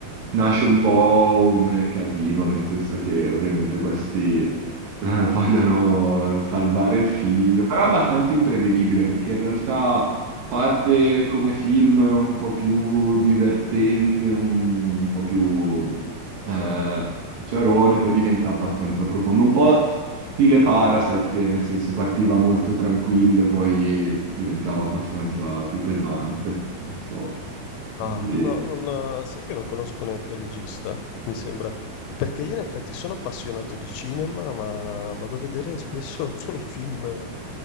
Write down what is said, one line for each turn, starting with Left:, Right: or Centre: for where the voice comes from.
Right: nasce un po' un casino, nel senso che ovviamente questi
Left: Mhm.
Right: eh, vogliono salvare il figlio, però è abbastanza imprevedibile perché in realtà Parte come film un po' più divertente, un, un po' più eh,
Left: Ah ah.
Right: ciarone, poi diventa abbastanza profondo, un po' stile Parasite, che nel senso partiva molto tranquillo e poi diventava abbastanza più pesante, non so. Quindi,
Left: Ah, no, non sai che non conosco neanche il regista, mi sembra. Perché io in effetti sono appassionato di cinema, ma vado a vedere spesso <laughs> i film